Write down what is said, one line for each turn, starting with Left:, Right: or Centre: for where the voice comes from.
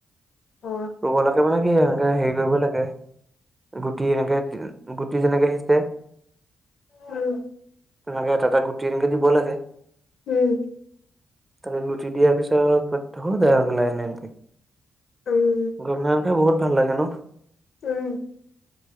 Left: অ
Right: ৰুব লাগে মানে কি এনেকে হেৰি কৰিবই লাগে। গুটি এনেকে গুটি যেনেকে শিছে।
Left: উম
Right: তেনেকে এটা, এটা গুটি এনেকে দিব লাগে।
Left: উম।
Right: তাতে গুটি দিয়াৰ পিছত হৈ যায় আৰু লাইন, লাইনকৈ।
Left: উম।
Right: গুমধান খাই বহুত ভাল লাগে ন?
Left: উম